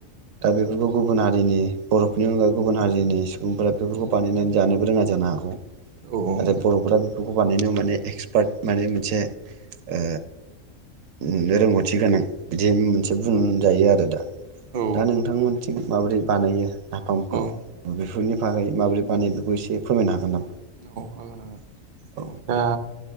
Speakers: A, on the right; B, on the right.
A: दा बेफोरखौ गुबु बुन हारिनि बर'फोरनि अनगायै गुबुन हारिनि सुबुंफोरा बेफोरखौ बानायनानै जानोबो रोङा जानो हागौ।
B: औ
A: आरो बर'फोरा बेखौ बानायनायाव माने एक्सपार्ट माने से ओ उम रोंगौथि गोनां बिदि मोनसे बुंजायो आरो दा
B: औ
A: दा नोंथांमोनथिं माबोरै बानायो नाफामखौ
B: औ
A: बेफोरनि बागै माबोरै बानायो बेखौ एसे फोरमायनो हागोन नामा?
B: औ हागोन हागोन
A: औ
B: दा